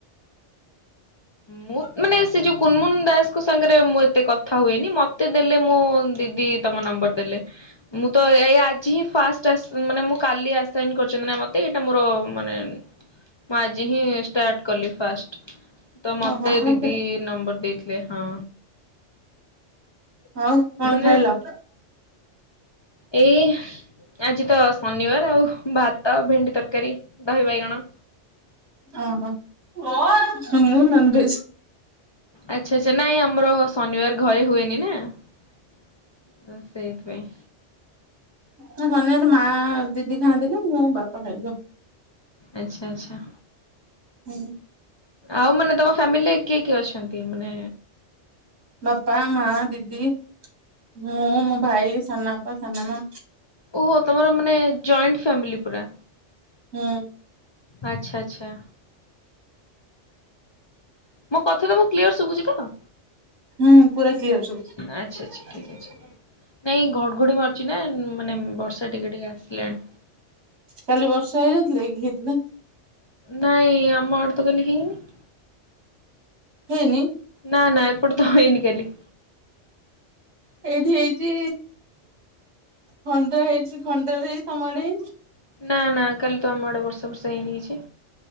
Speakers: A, on the right; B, on the left.
A: <inaudible>
B: ମୁଁ ମାନେ ସେ ଯୋଉ କୁନମୁନ ଦାସ୍ କ ସାଙ୍ଗରେ ମୁଁ ଏତେ କଥା ହୁଏନି। ମତେ ଦେଲେ ମୋ ଦିଦି ତମ ନମ୍ବର୍ ଦେଲେ। ମୁଁ ତ ଏ ଏ ଆଜି ହିଁ ଫାଷ୍ଟ ଆସା ମାନେ ମୁଁ କାଲି ଆସାଇନ୍ କରିଚନ୍ତି ନା ମତେ ଏଇଟା ମୋର ମାନେ ମୁଁ ଆଜି ହିଁ ଷ୍ଟାର୍ଟ କଲି ଫାଷ୍ଟ। ତ ମତେ
A: ଓହୋ ତମର
B: ଦିଦି
A: କେ
B: ନମ୍ବର୍ ଦେଇଥିଲେ ହଁ।
A: ଆଉ କଣ
B: ମାନେ
A: ଖାଇଲ?
B: ଏଇ ଆଜି ତ ଶନିବାର ଆଉ ଭାତ, ଭେଣ୍ଡି ତରକାରୀ, ଦହି ବାଇଗଣ।
A: ଓହୋ ହଁ ମୁଁ ନନଭେଜ।
B: ଆଚ୍ଛା ଆଚ୍ଛା ନାଇଁ ଆମର ଶନିବାର ଘରେ ହୁଏନି ନା ଅ ସେଇଥିପାଇଁ।
A: ନା ନନଭେଜ ମାଆ, ଦିଦି ଖାଆନ୍ତିନି ମୁଁ, ବାପା ଖାଇଲୁ।
B: ଆଚ୍ଛା ଆଚ୍ଛା
A: ହୁଁ।
B: ଆଉ ମାନେ ତମ ଫ୍ୟାମିଲିରେ କିଏ କିଏ ଅଛନ୍ତି ମାନେ
A: ବାପା, ମାଆ, ଦିଦି, ମୁଁ, ମୋ ଭାଇ, ସାନବାପା, ସାନମାଆ।
B: ଓହୋ ତମର ମାନେ ଜଏଣ୍ଟ ଫ୍ୟାମିଲି ପୁରା।
A: ହୁଁ।
B: ଆଚ୍ଛା ଆଚ୍ଛା। ମୋ କଥା ତମୁକୁ କ୍ଲିୟର ଶୁଭୁଚି ତ?
A: ହୁଁ ପୁରା କ୍ଲିୟର ଶୁବୁଚି।
B: ଆଚ୍ଛା ଆଚ୍ଛା ଠିକ୍ ଅଛି। ନାଇଁ ଘଡ଼ଘଡ଼ି ମାରୁଚି ନା ଉଁ ମାନେ ବର୍ଷା ଟିକେ ଟିକେ ଆସିଲାଣି।
A: କାଲି ବର୍ଷା ହେଇନଥିଲା କି ହେଇଥିଲା।
B: ନାଇଁ ଆମ ଆଡ଼େ ତ କାଲି ହେଇନି।
A: ହେଇନି?
B: ନା ନା ଏପଟେ ତ ହେଇନି କାଲି।
A: ଏଇଠି ହେଇଚି। ଖଣ୍ଡରା ହେଇଚି ଖଣ୍ଡରାରେ ହେଇଚି ତମ ଆଡ଼େ ହେଇନି?
B: ନା ନା କାଲି ତ ଆମ ଆଡ଼େ ବର୍ଷା ଫର୍ଷା ହେଇନି କିଛି